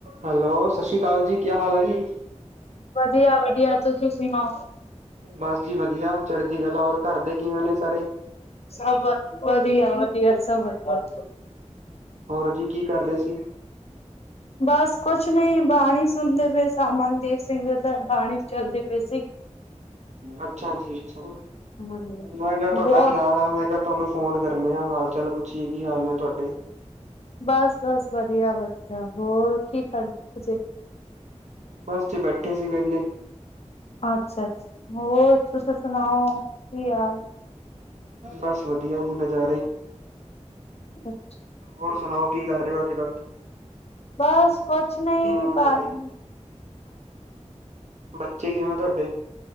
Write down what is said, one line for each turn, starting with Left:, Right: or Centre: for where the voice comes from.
Right: Hello ਸਾਸ਼੍ਰੀ ਕਾਲ ਜੀ ਕੇਆ ਹਾਲ ਐ ਜੀ।
Left: ਵਦੀਆ-ਵਦੀਆ ਤੁਸੀ ਸੁਣਾਓ।
Right: ਬਾਸ ਜੀ ਵਦੀਆ ਚੜਦੀ ਕਲਾ ਹੋਰ ਘਰ ਦੇ ਕਿਵੇਂ ਨੇ ਸਾਰੇ?
Left: ਸਭ ਵ ਵਦੀਆ-ਵਦੀਆ ਸਭ ਵਦੀਆ।
Right: ਹੋਰ ਜੀ ਕੀ ਕਰ ਰੇ ਸੀ?
Left: ਬਸ ਕੁਛ ਨੀ ਬਾਣੀ ਸੁਨਦੇ ਪੇ ਸਾਂ ਅਮਨਦੀਪ ਸਿੰਘ ਦੀ ਬਾਣੀ ਚੱਲਦੀ ਪਈ ਸੀ।
Right: ਅੱਛਾ ਜੀ, ਅੱਛਾ
Left: ਹਾਂਜੀ।
Right: ਮੈਂ ਕੇਆ ਤੁਆਡਾ
Left: ਬਹੁਤ
Right: ਖੇਆਲ ਆ ਮੈਂ ਕੇਆ। ਤੋਆਨੂੰ ਫੋਨ ਕਰਨੇ ਆ ਹਾਲ ਚਾਲ ਪੁੱਛੀਏ ਕੀ ਹਾਲ ਨੇ ਤੋਆਡੇ।
Left: ਬਾੱਸ-ਬਾੱਸ ਵਦੀਆ-ਵਦੀਆ ਹੋਰ ਕੀ ਕਰਦੇ ਤੁਸੀ।
Right: ਬਾੱਸ ਜੀ ਬੈਠੇ ਸੀ ਵੇਲੇ।
Left: ਅੱਛਾ-ਅੱਛ ਹੋਰ ਤੁਸੀਂ ਸੁਨਾਓ ਕੀ ਹਾਲ
Right: ਬਸ ਵਧੀਆ ਜੀ ਨਜ਼ਾਰੇ
Left: ਅੱਛਾ।
Right: ਹੋਰ ਸੁਣਾਓ ਕੀ ਕਰ ਰਹੇ ਓ ਅੱਜ-ਕੱਲ?
Left: ਬਸ ਕੁਛ ਨੀ
Right: ਨੇ
Left: ਭਾ-ਹਾਂਜੀ।
Right: ਤੁਹਾਡੇ ਬੱਚੇ ਕਿਵੇਂ ਤੁਹਾਡੇ?